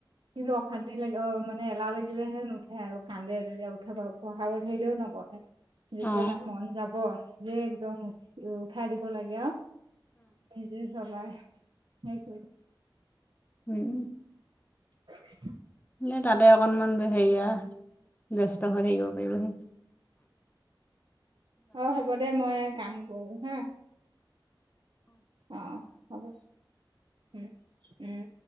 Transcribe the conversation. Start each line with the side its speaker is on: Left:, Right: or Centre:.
Right: কিন্তু অশান্তি লাগে অ মানে এলাহ লাগিলেহে নুঠে আৰু কান্দে তেতিয়া উঠাব পঢ়াব ধৰিলেও নবঢহে। যেতিয়া
Left: অ অ
Right: তা মন যাব নিজে একদম উঠি উঠাই দিব লাগে আও। জ চলায় সেই থ।
Left: উম।
Right: <unintelligible>
Left: এ তাতে অকণমান হেৰিয়া ব্যস্ত হৈ থাকিব পাৰিব।
Right: অ হ'ব দে মই কাম কৰো হা। অ হব উম উম।